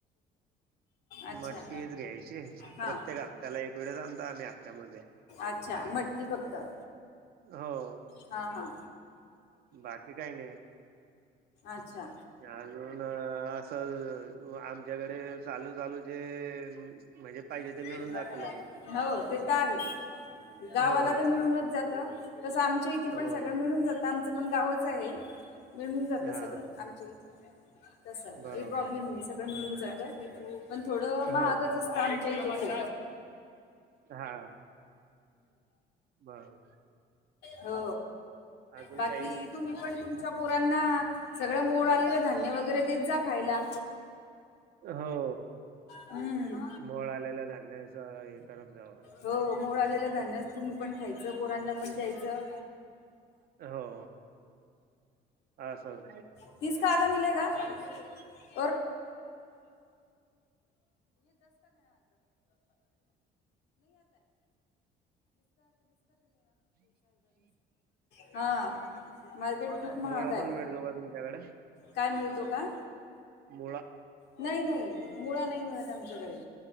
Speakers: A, on the left; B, on the right.
A: अच्छा
B: मटकीच घ्यायची
A: हा.
B: प्रत्येक हप्त्याला एक वेळेस आणता आम्ही हप्त्यामध्ये
A: अच्छा मटकी फक्त?
B: हो.
A: हां हां
B: बाकी काही नाही
A: अच्छा.
B: अजून असं आमच्याकडे चालू चालू जे म्हणजे पाहिजे
A: हो
B: ते मिळून जात लगेच
A: ते तर आहे, गावाला
B: हो
A: तर मिळूनच जातं. तसं आमच्या इथे
B: हो
A: पण सगळं मिळून जातं, आमचं पण गावच आहे. मिळून जातं
B: हा
A: सगळं आमच्या इथे, तसं
B: बरोबर
A: काही प्रॉब्लेम नाही, सगळं मिळून जातं. पण थोडं
B: हो
A: महागच असतं आमच्या इथे खूप.
B: हा बर.
A: हो
B: अजून
A: बाकी?
B: काही
A: तुम्ही पण तुमच्या पोरांना सगळं मोड आलेलं धान्य वगैरे देत जा खायला.
B: हो
A: हम्म
B: मोड आलेलं धान्याचं हे करत जावं.
A: हो मोड आलेलं धान्य तुम्ही पण खायचं, पोरांना पण द्यायचं.
B: हो असं.
A: <unintelligible> <unintelligible> <unintelligible> <unintelligible> हा. मार्केट खूप महाग
B: मुळा
A: आहे,
B: पण मिळतो का तुमच्याकडे?
A: काय मिळतो का?
B: मुळा
A: नाही नाही मुळा नाही मिळत आमच्याकडे